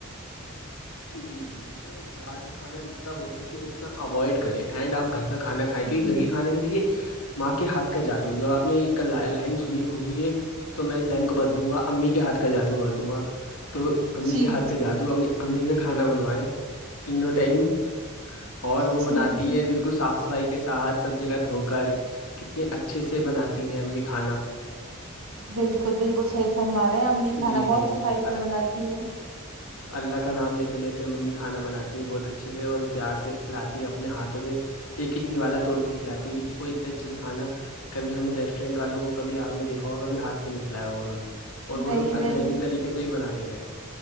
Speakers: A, on the left; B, on the right.
A: جی جی دیکھیے باہر کا کھانا جتنا ہو سکے اتنا اوائڈ کریں اینڈ آپ گھر کا کھانا کھائیں
B: جی
A: کیونکہ گھر کے کھانے میں دیکھیے ماں کے ہاتھ کا جادو جو آپ نے ایک لائن سنی ہوگی یہ تو میں اس لائن کو بدلوں گا امی کے ہاتھ کا جادو کر دوں گا تو امی
B: جی
A: کے ہاتھ کا
B: جی
A: جادو اپنی امی سے کھانا بنوائےیں تینوں ٹائم اور وہ
B: جی
A: بناتی
B: جی
A: ہیں بالکل صاف صفائی کے ساتھ سب جگہ دھو کر کتنے اچھے سے بناتی ہیں ا بھی کھانا
B: بالکل بالکل صحیح فرما رہے ہیں امی
A: جی
B: کھانا بہت
A: جی
B: صفائی
A: جی
B: سے بناتی ہیں
A: اللہ کا نام لیتے لیتے ممی کھانا بناتی ہیں بہت اچھے سے اور پیار سے کھلاتی ہیں اپنے ہاتھوں سے ایک ایک نوالا توڑ کے کھلاتی ہیں تھھییک کہ کوئی اتنے اچھے سے کھانا کبھی ہم نے ریسٹورینٹ والوں کو کبھیپ نے دیکھا ہوا کبھی ہاتھ سے نہیں کھلایا ہوا انہوں نے اور وہ
B: نہیں
A: لوگ انہائجین
B: نہیں
A: طریقے سے بھی بناتے ہیں